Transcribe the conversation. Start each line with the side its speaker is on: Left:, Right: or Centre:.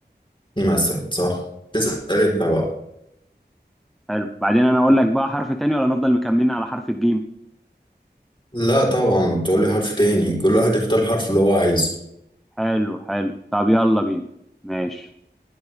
Left: مثلا صح تسال انت بقى
Centre: حلو بعدين انا اقول لك بقى حرف تاني ولا نفضل مكملين على حرف الجيم
Left: لا طبعا تقول لي حرف تاني كل واحد يختار الحرف اللي هو عايزه
Centre: حلو حلو طب يلا بينا ماشي